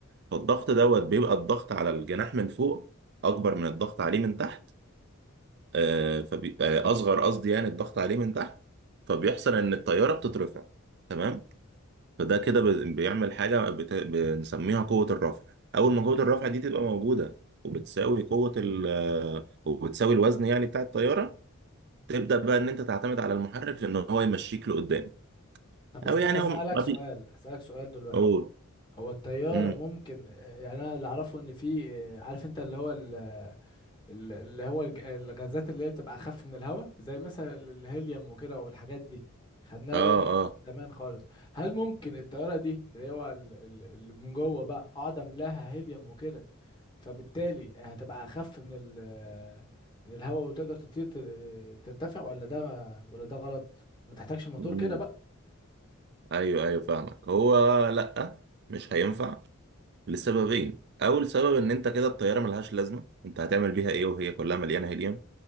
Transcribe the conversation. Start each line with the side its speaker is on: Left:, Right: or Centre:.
Right: فالضغط دوت بيبقى الضغط على الجناح من فوق اكبر من الضغط عليه من تحت آه، فبيبقى اصغر قصدي يعني الضغط عليه من تحت فبيحصل ان الطياره بتترفع تمام فده كده ب- بيعمل حاجه بت... بنسميها قوه الرفع اول ما قوه الرفع دي تبقى موجوده وبتساوي قوه ال... آه، وبتساوي الوزن يعني بتاع الطياره تبدا بقى ان انت تعتمد على المحرك في ان هو يمشيك لقدام
Left: طب استنى
Right: او يعني
Left: اسالك
Right: هو ما
Left: سؤال
Right: بي
Left: اسالك سؤال دلوقتي
Right: أوه.
Left: هو الطياره
Right: امم
Left: ممكن يعني انا اللي اعرفه ان في عارف انت اللي هو ال- ال- اللي هو الج- الغازات اللي هي بتبقى اخف من الهواء زي مثلا ال- الهيليوم وكده والحاجات دي خدناها
Right: اه
Left: باين
Right: اه
Left: زمان خالص هل ممكن الطياره دي اللي هو ال- ال- اللي من جوه بقى اقعد املاها هيليوم وكده فبالتالي هتبقى اخف من ال من الهواء وتقدر تطير تر- ترتفع ولا ده ولا ده غلط ما تحتاجش الموتور
Right: امم
Left: كده بقى
Right: ايوه ايوه فاهمك هو لا مش هينفع لسببين اول سبب ان انت كده الطياره ملهاش لازمه انت هتعمل بيها ايه وهي كلها مليانه هيليوم